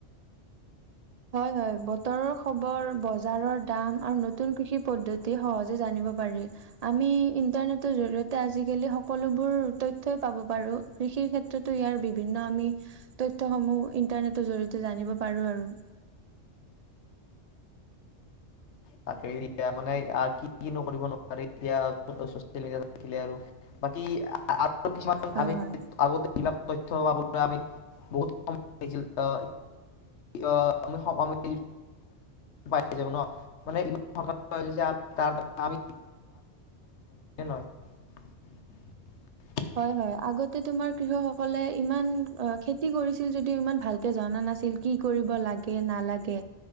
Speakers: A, on the right (about 65°); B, on the left (about 75°).
A: হয় হয় বতৰৰ খবৰ বজাৰৰ দাম আৰু নতুন কৃষি পদ্ধতি সহজে জানিব পাৰি। আমি ইণ্টাৰনেটৰ জৰি়য়তে আজিকালি সকলোবোৰ তথ্যই পাব পাৰো কৃষিৰ ক্ষেত্ৰতো ইয়াৰ বিভিন্ন আমি তথ্য সমূহ ইন্টাৰনেটৰ জৰিয়তে জানিব পাৰোঁ আৰু।
B: তাকে এতিয়া মানে কি কিনো কৰিব নোৱাৰে এতিয়া চচিয়েল মিডিয়া থাকিলে আৰু বাকী আ আৰু কিছুমান
A: হয়
B: আমি
A: হয়
B: আগতে তৈথ্য পাবলৈ আমি বহুত সময় লাগিছিল আহ আহ আমি সভাপতি ম পাই যাব ন মান ইমান ন <unintelligible>
A: হয় হয় আগতে তোমাৰ কৃষকসকলে ইমান খেতি কৰিছিল যদিও ইমান ভালকে জনা নাছিল কি কৰিব লাগে নালাগে